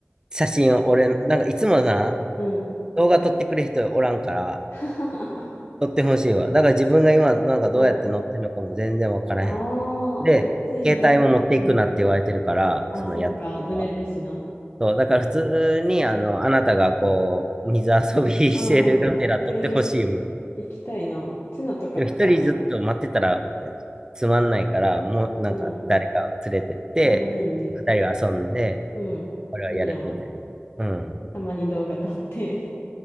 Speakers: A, on the right; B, on the left.
A: 写真を、俺、なんかいつもな、
B: うん。
A: 動画撮ってくれる人おらんから、
B: <laughs>
A: 撮ってほしいわ。だから自分が今、なんかどうやって乗ってるのかも全然わからへん。
B: うん。ああ、
A: で、
B: え、別にどういう、
A: 携帯も持っていくなって言われてるから、
B: うん。あ、
A: そのやってる人は。
B: そっか、濡れるしな。
A: そう、だから普通に、あの、あなたがこう、水遊びしてるがてら撮ってほしいよ。
B: うんうん。えー行きたいな。チナとかとさ、
A: でも一人ずっと待ってたらえつまんないから、もうなんか誰かを連れてって、
B: うん、3人で、
A: 二人は遊んで、
B: うん、
A: これはやるみたいな。
B: いいやん。
A: う
B: たまに動画撮って。